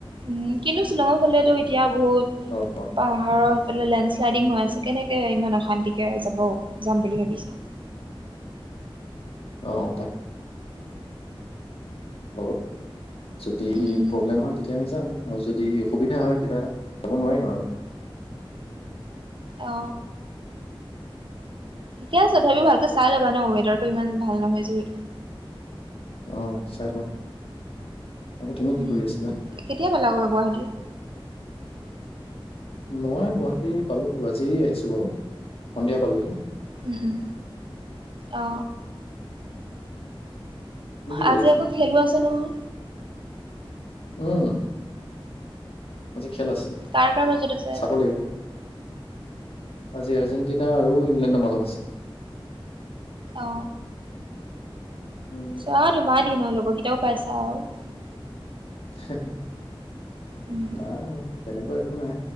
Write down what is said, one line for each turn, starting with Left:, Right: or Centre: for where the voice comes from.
Right: উম কিন্তু শ্বিলঙৰ ফালেতো এতিয়া বহুত
Left: অ',
Right: পাহাৰৰ সেইফালে লেণ্ড শ্লাইডিং হৈ আছে কেনে তেওঁ ইমান অশান্তিকে যাব যাম বুলি ভাবিছা?
Left: অ তাক <inaudible> যদি
Right: উম উম
Left: প্ৰব্লেম হয় তেতিয়া আমি যাম আৰু যদি অসুবিধা হয় তেতিয়া যাব নোৱাৰিম আৰু।
Right: অ। ঠিকে আছে ভাবি ভালকে চাই ল'বা ন ৱেদাৰতটো ইমান ভাল নহয় যিহেতু।
Left: অ চাই লওঁ। তাকে তুমি কি
Right: উম
Left: কৰি আছিলা?
Right: কেতিয়া পালাগৈ গুৱাহাটীৰ?
Left: মই গুৱাহাটী পালোঁ। আজি আহিছোঁ বাৰু, সন্ধিয়া পালোঁহি।
Right: উম উম। অ।
Left: তুমি কি
Right: আজি
Left: কৰি আছিলা?
Right: আকৌ খেলো আছে নহয়
Left: উম। আজি খেল আছে।
Right: কাৰ কাৰ মাজত আছে
Left: চাব
Right: আজি?
Left: লাগিব। আজি আৰ্জেণ্টিনা আৰু ইংলেণ্ডৰ মাজত আছে।
Right: অ,
Left: উম
Right: চোৱা তোমাৰ দিন আৰু লগৰ কেইটাও পাইছা আৰু।
Left: হেহ হে
Right: উম।
Left: নাই, তেনেকুৱা একো নাই।